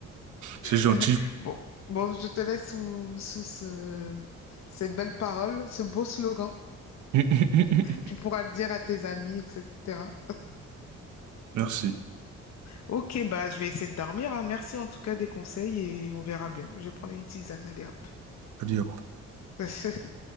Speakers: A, on the right (about 75°); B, on the left (about 60°).
A: C'est gentil.
B: <laughs> Bon, bon, je te laisse sous, sous ce- ces belles paroles, ce beau slogan.
A: <laughs>
B: Tu pourras le dire à tes amis, etc.
A: Merci.
B: Ok, bah je vais essayer de dormir, hein. Merci en tout cas des conseils et on verra bien. Je vais prendre une tisane, allez hop.
A: Allez, hop.
B: <laughs>